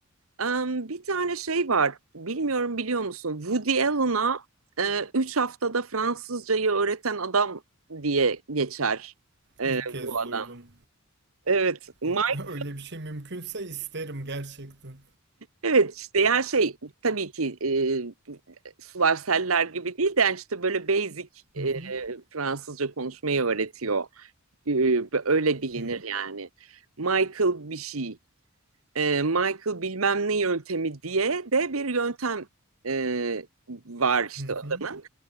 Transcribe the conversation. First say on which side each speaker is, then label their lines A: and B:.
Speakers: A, on the right; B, on the right.
A: em, bir tane şey var. Bilmiyorum biliyor musun? Woody Allen'a e, üç haftada Fransızcayı öğreten adam diye geçer e,
B: İlk kez
A: bu adam.
B: duydum.
A: Evet, Mike,
B: İlk <laughs> öyle bir şey mümkünse isterim gerçekten.
A: evet işte ya şey tabii ki e, sular seller gibi değil de yani işte böyle basic
B: Hı
A: e,
B: hı.
A: Fransızca konuşmayı öğretiyor. Ee, Öyle bilinir
B: Hı
A: yani. Michael bir şey. Ee, Michael bilmem ne yöntemi diye de bir yöntem e, var işte
B: hı. hı.
A: adamın.